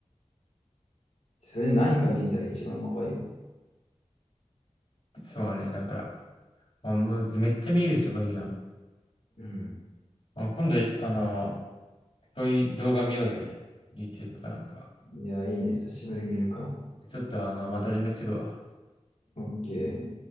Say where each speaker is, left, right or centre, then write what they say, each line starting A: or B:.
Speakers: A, on the left; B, on the left.
A: それで何か見えたら一番怖いよね。
B: そうね。だから、あ、もうめっちゃ見える人がいるやん。
A: うん。
B: あ、今度、あの、そういう動画見ようぜ。YouTube かなんか。
A: いやー、いいね。久しぶりに見るか。
B: ちょっと、あの、また連絡するわ。
A: OK。